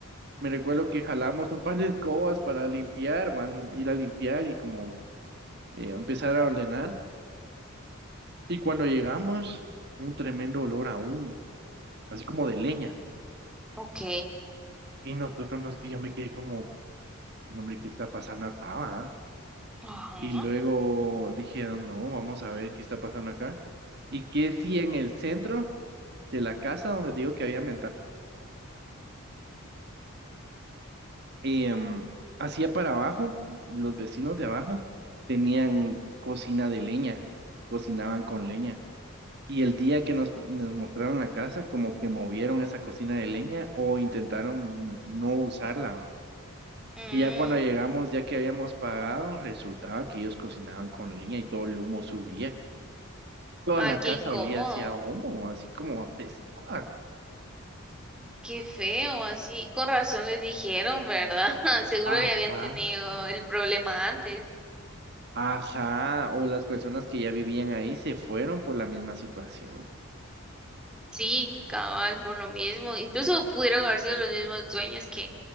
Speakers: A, on the right; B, in the centre.
A: Me recuerdo que jalamos un par de escobas para limpiar, va, lim- ir a limpiar y como eh, empezar a ordenar. Y cuando llegamos, un tremendo olor aún, así como de leña.
B: Ok.
A: Y nosotros nos, y yo me quedé como, "No, hombre, ¿qué está pasando acá, va?".
B: ajá.
A: Y luego dije, no, vamos a ver qué está pasando acá. Y que si en el centro de la casa donde te digo que había ventana, em, hacia para abajo, los vecinos de abajo tenían cocina de leña, cocinaban con leña. Y el día que nos, nos mostraron la casa, como que movieron esa cocina de leña o intentaron no usarla. ¿va?
B: Mm,
A: Y ya cuando llegamos, ya que habíamos pagado, resultaba que ellos cocinaban con leña y todo el humo subía. Toda
B: ay,
A: la
B: qué
A: casa
B: incómodo.
A: olía hacia humo, así como apestaba.
B: Qué feo, así. Con razón les dijeron, ¿verdad? <laughs> Seguro
A: Ah,
B: ya habían
A: vaya.
B: tenido el problema antes.
A: Ajá, o las personas que ya vivían ahí se fueron por la misma situación.
B: Sí, cabal, por lo mismo. Incluso pudieron haber sido los mismos dueños que